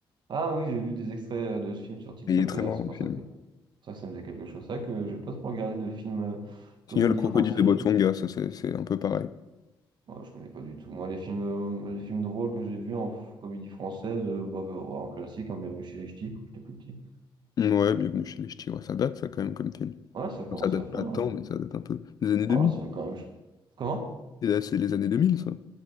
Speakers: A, on the right; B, on the left.
A: Ah oui, j'ai vu des extraits euh, de ce film sur TikTok
B: Et il est très
A: d'ailleurs,
B: marrant
A: c'est
B: le
A: pour
B: film.
A: ça que, pour ça que ça me faisait quelque chose. C'est vrai que j'ai pas trop regardé de films euh,
B: Sinon,
A: comédie
B: le crocodile
A: française.
B: de Botswana, ça c'est c'est un peu pareil.
A: Moi, je connais pas du tout. Moi, les films, euh, les films drôles que j'ai vus en f- comédie française, euh, bah, bah, en classique, en Bienvenue chez les Ch'tis, quand j'étais plus petit.
B: Ouais, bienvenue chez les Ch'tis. Ouais, ça date ça quand même comme film.
A: Ouais, ça commence
B: Enfin, Ça date
A: à faire.
B: pas
A: hein,
B: de temps,
A: je-
B: mais ça date un peu des années
A: ouais,
B: 2000.
A: ça fait quand même. Comment?
B: Et là, c'est les années 2000, ça.